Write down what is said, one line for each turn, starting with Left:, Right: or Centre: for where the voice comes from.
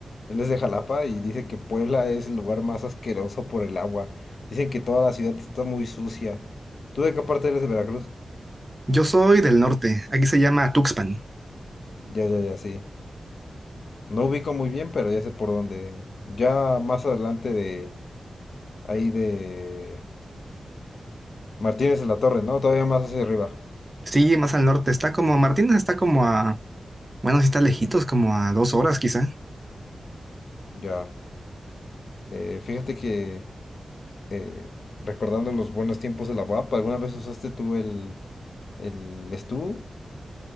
Left: él es de Jalapa y dice que Puebla es el lugar más asqueroso por el agua. Dicen que toda la ciudad está muy sucia. ¿Tú de qué parte eres de Veracruz?
Right: Yo soy del norte, aquí se llama Tuxpan.
Left: Ya, ya, ya, sí. No ubico muy bien, pero ya sé por dónde. Ya más adelante de ahí de Martínez de la Torre, ¿no? Todavía más hacia arriba.
Right: Sí, más al norte, está como, Martínez está como a, bueno, sí está lejitos, como a dos horas quizá.
Left: Ya. Eh, fíjate que eh, recordando los buenos tiempos de la UAP, ¿alguna vez usaste tú el, el STU?